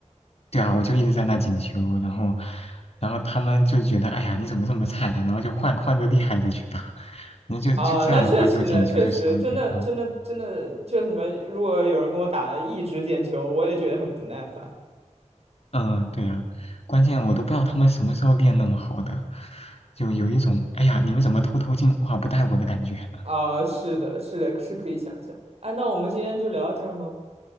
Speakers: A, on the left; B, on the right.
A: 对啊，我就一直在那捡球，然后，然后他们就觉得，哎呀，你怎么这么菜？然后就换换个厉害的去打，那就就这样的话，
B: 哦，那确实确实，
A: 就捡球就少一点。
B: 真的真的真的，
A: 嗯
B: 就什么，如果有人跟我打一直捡球，我也觉得很不耐烦。
A: 嗯，对啊，关键我都不知道他们什么时候练那么好的，就有一种，哎呀，你们怎么偷偷进化不带我的感觉。
B: 啊、是的，是的，是可以想象。哎，那我们今天就聊到这儿吗？